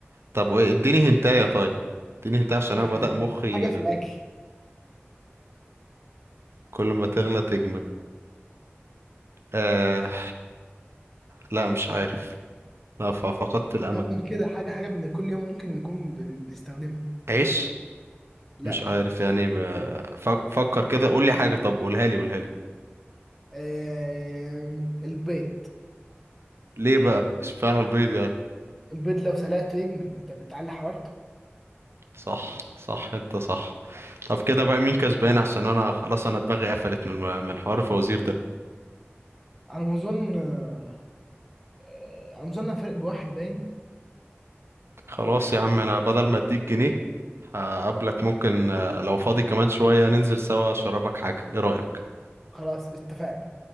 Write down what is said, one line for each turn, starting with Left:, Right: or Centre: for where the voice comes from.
Right: طب اديني هنتايه طيب اديني هنتايه عشان انا
Centre: آه،
Right: بدأ مخي
Centre: حاجه في الاكل
Right: كل ما تغلى تجمد آه... لا مش عارف لا ف- فقدت الامل
Centre: خمن كده حاجه حاجه من كل يوم ممكن نكون بن- بنستخدمها
Right: عيش
Centre: لا
Right: مش عارف يعني ب... فك- فكر كده قول لي حاجه طب قولها لي قولها لي
Centre: آه البيض
Right: ليه بقى اشمعنى البيض يعني
Centre: البيض لو سلقته يجمد انت بتعلي حرارته
Right: صح صح انت صح طب كده بقى مين كسبان عشان انا خلاص انا دماغي قفلت من الم... من الحوار الفوازير ده
Centre: على ما اظن آه، آه، على ما اظن أنا فارق بواحد باين
Right: خلاص يا عم انا بدل ما اديك جنيه هقابلك ممكن آه، لو فاضي كمان شويه ننزل سوا اشربك حاجه ايه رأيك
Centre: خلاص اتفقنا